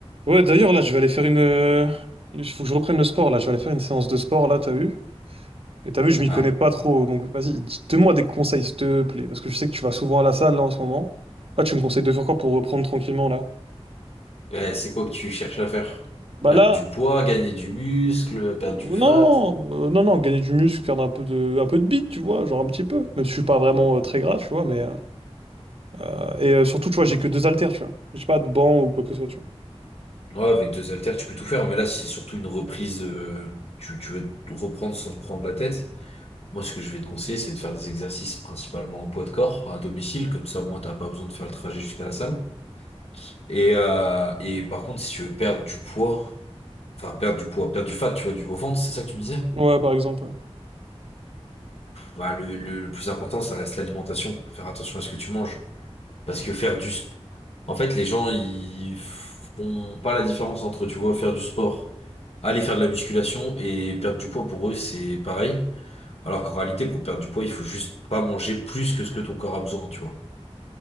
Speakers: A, on the right; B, on the left.
A: Ouais, d'ailleurs, là, je vais aller faire une. euh, Il faut que je reprenne le sport, là. Je vais aller faire une séance de sport, là, t'as vu? Et t'as vu, je m'y
B: Ouais.
A: connais pas trop. Donc, vas-y, dis- donne-moi des conseils, s'il te plaît. Parce que je sais que tu vas souvent à la salle, là, en ce moment. Là, tu me conseilles de faire quoi pour reprendre tranquillement, là?
B: Euh, c'est quoi que tu cherches à faire?
A: Bah
B: Perdre
A: là,
B: du poids, gagner du muscle, perdre
A: euh,
B: du fat?
A: non, euh, non, non, gagner du muscle, faire un peu de, un peu de bite, tu vois, genre un petit peu. Même si je suis pas vraiment euh, très gras, tu vois, mais. euh, euh, Et euh, surtout, tu vois, j'ai que deux haltères, tu vois. J'ai pas de banc ou quoi que ce soit, tu
B: Ouais, avec deux haltères, tu peux tout faire, mais là, c'est surtout une reprise. euh, tu, tu veux te reprendre sans te prendre la tête. Moi, ce que je vais te conseiller, c'est de faire des exercices principalement en poids de corps, à domicile, comme ça, au moins, t'as pas besoin de faire le trajet jusqu'à la salle. Et, euh, et par contre, si tu veux perdre du poids, enfin, perdre du poids, perdre du fat, tu vois, du, au ventre, c'est ça que tu me disais?
A: vois. Ouais, par exemple,
B: Bah, le, le, le plus important, ça reste l'alimentation. Faire attention à ce que tu manges. Parce que faire du... sp- En fait, les gens, ils font pas la différence entre, tu vois, faire du sport, aller faire de la musculation et perdre du poids pour eux, c'est pareil. Alors qu'en réalité, pour perdre du poids, il faut juste pas manger plus que ce que ton corps a besoin, tu vois.